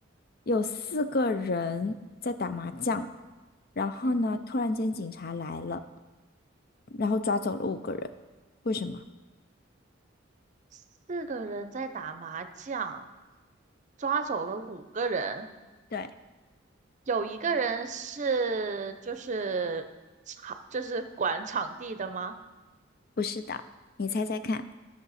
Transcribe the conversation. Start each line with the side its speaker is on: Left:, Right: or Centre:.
Left: 有四个人在打麻将，然后呢，
Right: 嗯，
Left: 突然间警察来了，然后抓走了五个人，为什么？
Right: 四个人在打麻将，抓走了五个人。
Left: 对，
Right: 有一个人是就是场就是管场地的吗？
Left: 不是的，你猜猜看。